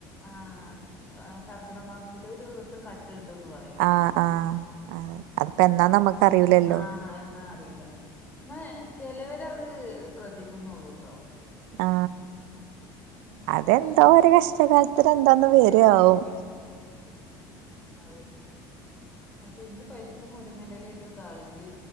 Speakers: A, on the left; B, on the right.
A: ആ കർക്കിട മാസത്തില് ഒരു ദിവസം ക ട്ട്ണ്ട്ന്ന് പറയുന്നേക്കാ
B: ആഹ് ആഹ് അതെ അതിപ്പോ എന്നാന്ന് നമ്മക്ക് അറിയൂലല്ലോ
A: ആഎന്നാ അറീല്ല ന്നാ ചിലവര്അത് ശ്രദ്ധിക്കുന്നുള്ളൂട്ടോ
B: ആ
A: ഞമ്മള്
B: അത് ന്തൊ
A: എവിടൊക്കെ
B: ഒരു കഷ്ടകാലത്തിന് എന്താന്ന് വരാവും
A: ആയിരിക്കും അതെ അപ്പൊ ഇന്ന് പരിപ്പും മുരിങ്ങന്റെ എലിംഇട്ട് താളിച്ച്